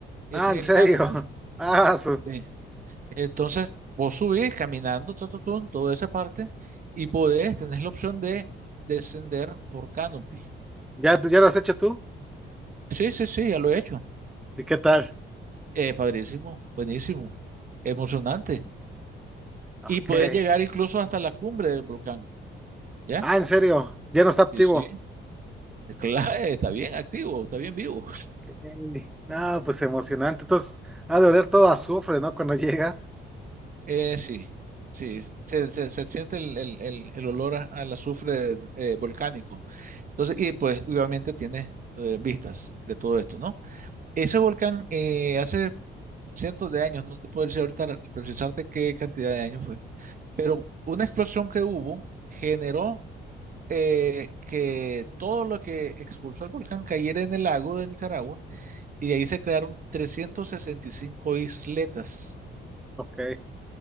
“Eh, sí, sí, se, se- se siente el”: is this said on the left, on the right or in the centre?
Right